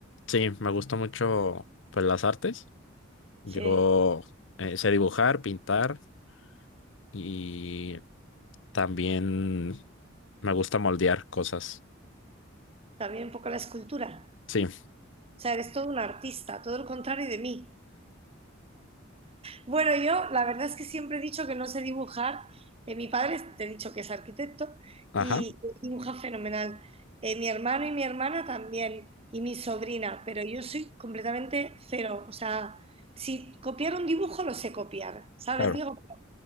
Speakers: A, on the left; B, on the right.
A: sí, me gustó mucho pues las artes.
B: Sí,
A: Yo eh, sé dibujar, pintar y también me gusta moldear cosas.
B: también un poco la escultura.
A: Sí,
B: O sea, eres todo un artista, todo lo contrario de mí. Bueno, yo la verdad es que siempre he dicho que no sé dibujar. Eh, mi padre, te he dicho que es arquitecto
A: ajá,
B: y dibuja fenomenal. Eh, mi hermano y mi hermana también, y mi sobrina, pero yo soy completamente cero. O sea, si copiar un dibujo lo sé copiar, ¿sabes?
A: claro.
B: Digo, pero,